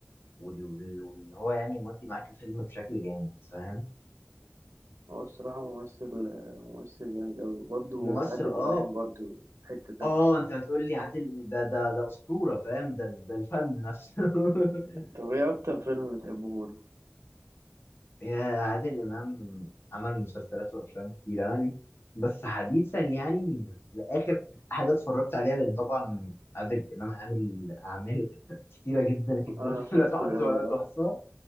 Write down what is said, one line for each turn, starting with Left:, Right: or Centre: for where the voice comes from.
Left: وال- وال- واللي هو يعني مدي معاك الفيلم بشكل جامد فاهم
Right: هو الصراحة ممثل ممثل جامد أوي وبرضه
Left: ممثل
Right: عادل
Left: اه
Right: إمام برضه في حتة تانية
Left: اه انت هتقول لي عادل ده ده ده اسطوره فاهم ده ده الفن نفسه <laughs>
Right: طب ايه أكتر فيلم بتحبه له؟
Left: يا عادل امام عمل مسلسلات وافلام كتير انا دي بس حديثا يعني لاخر حاجه اتفرجت عليها لان طبعا عادل امام عامل اعمال كتيره جدا جدا
Right: أنا
Left: <laughs>
Right: أفلام
Left: لا تعد
Right: كتير أوي
Left: ولا
Right: اه
Left: تحصى